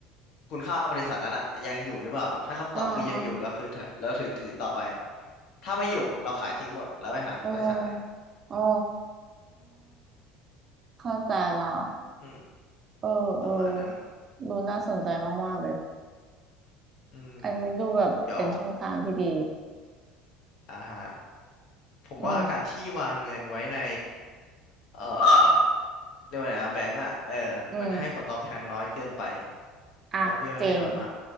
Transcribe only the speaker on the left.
คุณค่าบริษัทนั้นอะยังอยู่หรือเปล่าถ้าคำตอบคือยังอยู่เราคือเราถือถือต่อไป
ถ้าไม่อยู่เราขายทิ้งหมดแล้วไปหาบริษัทใหม่
อืม
ประมาณนั้น
อืม
เดี๋ยวอ่าฮะ ผมว่าการที่วางเงินไว้ใน
เอ่อเรียกว่าไงนะแบงก์อ่ะเออมันให้ผลตอบแทนน้อยเกินไป
ดอกเบี้ยมันให้น้อยมาก